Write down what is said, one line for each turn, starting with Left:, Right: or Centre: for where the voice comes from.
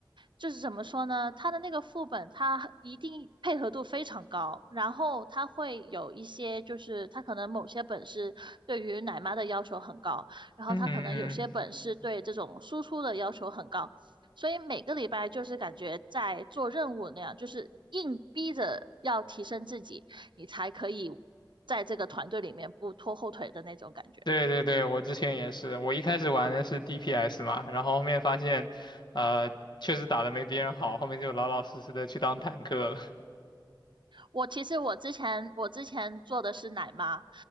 Right: 就是怎么说呢？他的那个副本，他一定配合度非常高，然后他会有一些，就是他可能某些本是对于奶妈的要求很高，然后他可能有些本是对这种输出的要求很高，
Left: 嗯嗯嗯
Right: 所以每个礼拜就是感觉在做任务那样，就是硬逼着要提升自己。你才可以在这个团队里面不拖后腿的那种感觉。
Left: 对对对，我之前也是，我一开始玩的是 DPS 嘛，然后后面发现，呃，确实打的没别人好，后面就老老实实的去当坦克了。
Right: 我其实我之前我之前做的是奶妈，